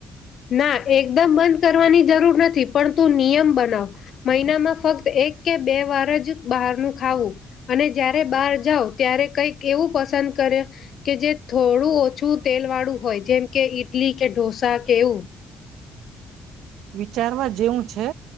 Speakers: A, on the left; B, on the right.
A: ના એકદમ બંધ કરવાની જરૂર નથી, પણ તું નિયમ બનાવ મહિનામાં ફક્ત એક કે બે વાર જ બહારનું ખાવું, અને જયારે બહાર જાવ, ત્યારે કંઈક એવું પસંદ કરે કે જે થોડું ઓછું તેલ વાળું હોય જેમ કે ઈડલી કે ઢોસા... એવું.
B: વિચારવા જેવું છે